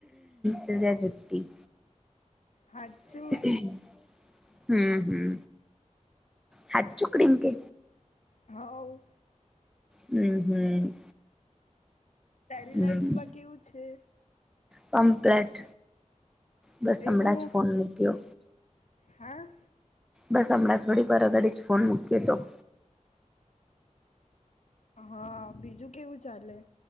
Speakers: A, in the centre; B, on the left.
A: ચલ જા જુટી.
B: હાચું
A: <unintelligible> હમ હમ હ <unintelligible> ચુકડીમ કે.
B: હઉ.
A: હમ હમ.
B: તારી
A: હમ
B: લાઈફમાં કેવું છે.
A: કમ્પ્લેટ બસ હમણાં
B: એવું
A: જ ફોન મૂક્યો.
B: હા.
A: બસ હમણાં થોડી વાર આઘાડી જ ફોન મૂકયો તો.
B: હા બીજું કેવું ચાલે.